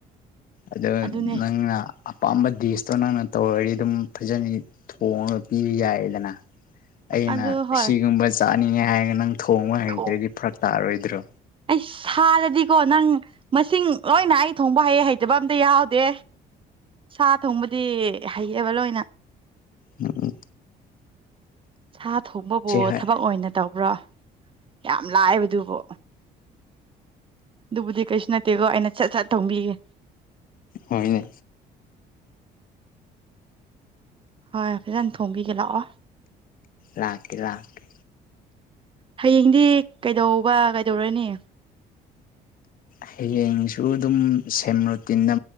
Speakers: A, on the left (about 55°); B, on the right (about 30°).
A: ꯑꯗ
B: ꯑꯗꯨꯅꯦ
A: ꯅ ꯑꯄꯥꯝꯕ ꯗꯤꯁꯇꯣ ꯅꯪꯅ ꯇꯧꯔꯗꯤ ꯑꯗꯨꯝ ꯐꯖꯅ ꯊꯣꯡꯉꯒ ꯄꯤꯕ ꯌꯥꯏꯗꯅ ꯑꯩꯅ
B: ꯑꯗꯨ ꯍꯣꯏ
A: ꯁꯤꯒꯨꯝꯕ ꯆꯥꯅꯤꯡꯉꯦ ꯍꯥꯏꯔꯒ ꯅꯪ ꯊꯣꯡꯕ ꯍꯩꯇ꯭ꯔꯗꯤ
B: ꯊꯣꯡ
A: ꯐꯔꯛ ꯇꯥꯔꯔꯣꯏꯗ꯭ꯔꯣ
B: ꯑꯩ ꯁꯥꯗꯗꯤꯀꯣ ꯅꯪ ꯃꯁꯤꯡ ꯂꯣꯏꯅ ꯑꯩ ꯊꯣꯡꯕ ꯍꯥꯏꯌꯦ ꯍꯥꯏ ꯤꯕ ꯑꯝꯇ ꯌꯥꯎꯗꯦ ꯁꯥ ꯊꯣꯡꯕꯗꯤ ꯍꯩꯌꯦꯕ ꯂꯣꯏꯅ
A: ꯑ
B: ꯁꯥ ꯊꯣꯡꯕꯕꯨ
A: ꯍꯣꯏ
B: ꯊꯕꯛ ꯑꯣꯏꯅ ꯇꯧꯕ꯭ꯔꯣ ꯌꯥꯝ ꯂꯥꯏꯕꯗꯨꯕꯨ ꯑꯗꯨꯕꯨꯗꯤ ꯀꯩꯁꯨ ꯅꯠꯇꯦꯀꯣ ꯑꯩꯅ ꯁꯠ ꯁꯠ ꯊꯣꯡꯕꯤꯒꯦ
A: ꯍꯅ
B: ꯍꯣꯏ ꯐꯈꯤꯇꯪ ꯊꯣꯝꯕꯤꯒ ꯂꯥꯛꯑꯣ
A: ꯂꯥꯛꯀꯦ ꯂꯥꯛꯀꯦ
B: ꯍꯌꯦꯡꯗꯤ ꯀꯩꯗꯧꯕ ꯀꯩꯗꯧꯔꯅꯤ
A: ꯍꯌꯦꯡꯁꯨ ꯑꯗꯨꯝ ꯁꯦꯝ ꯔꯨꯇꯤꯟꯗ